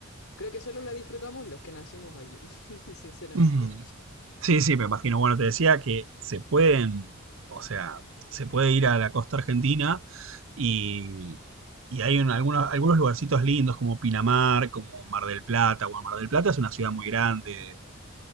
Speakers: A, on the left; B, on the right.
A: Creo que solo la disfrutamos los que nacimos aquí, <laughs> sinceramente.
B: Mm. Sí, sí, me imagino. Bueno, te decía que se pueden, o sea, se puede ir a la costa argentina y, y hay un- algunos, algunos lugarcitos lindos como Pinamar, como Mar del Plata. Bueno, Mar del Plata es una ciudad muy grande